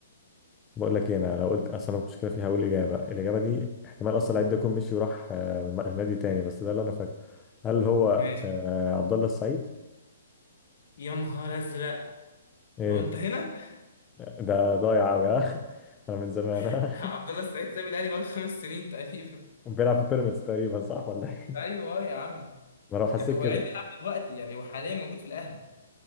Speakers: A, on the left; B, on the left.
A: بقول لك إيه، انا لو قلت اصلا المشكله فيها هقول اجابه الاجابه دي احتمال اصلا اللعيب ده يكون مشي وراح آه، نادي تاني بس ده اللي انا فاكره هل هو
B: ماشي
A: آه، عبد الله السعيد
B: يا نهار أزرق
A: ايه
B: هو أنت هنا؟
A: ده ضايع قوي ها <laughs> انا من زمان ها
B: <laughs> عبد الله السعيد سابي الأهلي بقاله خمس سنين تقريبا
A: <laughs> بيلعب في بيراميدز تقريبا صح ولا ايه
B: ايوه يا عم
A: ما انا حسيت
B: يعني هو
A: كده
B: لعيب بيلعب دلوقتي يعني هو حاليا موجود في الاهلي